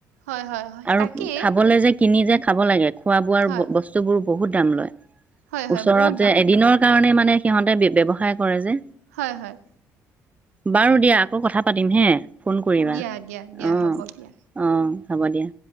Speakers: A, on the right; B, on the right.
A: হয় হয় হয়
B: আৰু
A: তাকেই
B: খাবলৈ যে কিনি যে খাব লাগে খোৱা বোৱা
A: হয়
B: বস্তুবোৰ বহুত দাম লয়
A: হয় হয়
B: ওচৰত
A: বহুত
B: যে
A: দাম
B: এদিনৰ
A: লয়
B: কাৰণে মানে। মানে সিহঁতে ব্যৱসায় কৰে যে।
A: হয় হয়
B: বাৰু দিয়া আকৌ কথা পাতিম হে ফোন কৰিবা
A: দিয়া দিয়া দিয়া
B: অঁ
A: হ'ব দিয়া।
B: অঁ হ'ব দিয়া